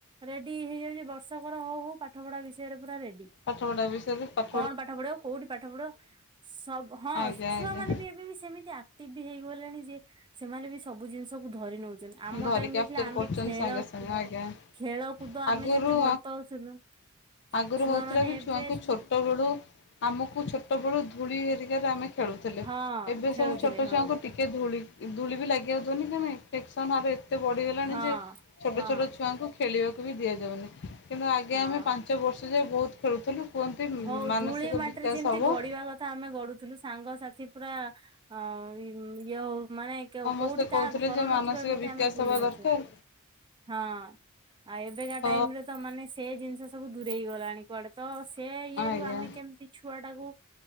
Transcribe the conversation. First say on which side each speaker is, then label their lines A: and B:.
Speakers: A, on the right; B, on the left.
A: ରେଡି ହେଇଯାଉଛି, ବର୍ଷକର ହଉ ହଉ ପାଠ ପଢା ବିଷୟରେ ପୁରା ରେଡି
B: ଫାଠପଢା ବି ସେ ପ
A: କଣ ପାଠ ପଢିବ କୋଉଠି ପାଠ ପଢିବ ସବୁ ହଁ
B: ଆଜ୍ଞା
A: ଛୁଆ
B: ଆଜ୍ଞା
A: ମାନେ ବି ଏବେ ବି ସେମିତି ଆକ୍ଟିଭ ବି ହେଇଗଲେଣି ଯେ ସେମାନେ ବି ସବୁ ଜିନିଷକୁ ଧରି ନଉଛନ୍ତି। ଆମ
B: ଧରି
A: ଟାଇମରେ
B: କ୍ୟାପଚର୍
A: ଆମେ
B: କରୁଛନ୍ତି
A: ଖେଳ
B: ସାଙ୍ଗେ ସାଙ୍ଗେ ଆଜ୍ଞା
A: ଖେଳ କୁଦ ଆମେ
B: ଆଗରୁ
A: ଯେତେ ଭଲ ପାଉଥିଲୁ
B: ଆଗରୁ
A: ଛୁଆ
B: ହଉଥିଲା
A: ମାନେ
B: ବି
A: ଏବେ
B: ଛୁଆଙ୍କୁ ଛୋଟ ବେଳୁ ଆମକୁ ଛୋଟ ବେଳୁ ଧୂଳି ହେରିକାରେ ଆମେ ଖେଳୁଥିଲେ
A: ହଁ
B: ଏବେ
A: ଖେଳୁଥିଲେ
B: ସବୁ ଛୋଟ
A: ହଁ
B: ଛୁଆଙ୍କୁ ଟିକେ ଧୂଳି ଧୂଳି ବି ଲାଗି ଯାଉିବନି କ ନାଇଁ ସେକ୍ସନ ଆର ଏତେ ବଢିଗଲାଣି
A: ହଁ
B: ଯେ ଛୋଟ
A: ହଁ
B: ଛୋଟ ଛୁଆଙ୍କୁ ଖେଳିବାକୁ ବି ଦିଆଯାଉନି କିନ୍ତୁ ଆଗେ
A: ହଁ
B: ଆମେ ପାଞ୍ଚ ବର୍ଷ ଯାଏ। ବହୁତ ଖେଳୁଥିଲୁ କୁହନ୍ତି,
A: ହଉ
B: ମାନସିକ
A: ଧୂଳି ମାଟିରେ
B: ବିକାଶ
A: ଯେମିତି
B: ହେବ
A: ଗଡିବା କଥା ଆମେ ଗଡୁଥିଲୁ ସାଙ୍ଗସାଥି ପୁରା ଇଏ ହଉ ମାନେ କୋଉଠି
B: ସମସ୍ତେ କହୁଥିଲେ
A: କାହା ଘର
B: ଯେ ମାନସିକ
A: ନଥିବ ଏମିତି
B: ବିକାଶ
A: ଆମେ ବୁଲୁ
B: ହବା
A: ନଥିବା
B: ଦରକାର
A: ହଁ ଆଉ ଏବେକା
B: ତ
A: ଟାଇମରେ ମାନେ ସେ ଜିନିଷ ସବୁ ଦୂରେଇଗଲାଣି, କୁଆଡ଼େ ତ ସେ ଇଏରୁ
B: ଆଜ୍ଞା
A: ଆମେ କେମିତି ଛୁଆଟାକୁ